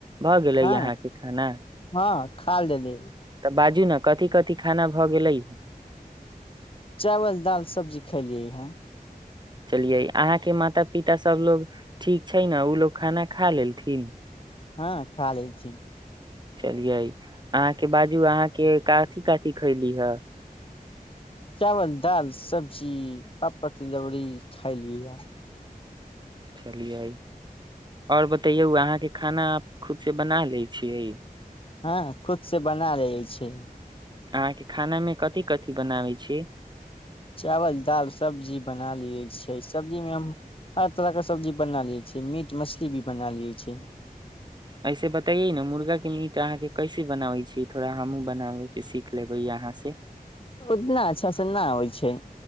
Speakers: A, on the right; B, on the left.
A: भऽ गेलै
B: हँ
A: यहाँके खाना
B: हँ खा लेली
A: तऽ बाजू न कथि कथि खाना भऽ गेलै
B: चावल दाल सब्जी खेलियै हे
A: चलियै अहाँके माता पिता सभलोग ठीक छै ने ओ लोग खाना खा लेलथिन
B: हँ खा लेलथिन
A: चलियै अहाँके बाजू अहाँके कथी कथी खयली हे
B: चावल दाल सब्जी पापड़ तिलौरी खायलि हन
A: चलियै आओर बतैयौ अहाँके खाना खुदसँ बना लै छियै
B: हँ खुद से बनालै छियै
A: अहाँके खानामे कथि कथि बनाबै छी
B: चावल दाल सब्जी बना लियै छियै सब्जीमे हम हर तरहके सब्जी बना लियै छियै मीट मछली भी बना लै छियै
A: ऐसे बताइये ने मुर्गाके मीट अहाँके कैसे बनाबै छियै थोड़ा हमहूँ बनाबैके सीख लेबै अहाँ से
B: ओना अच्छासे न आबै छै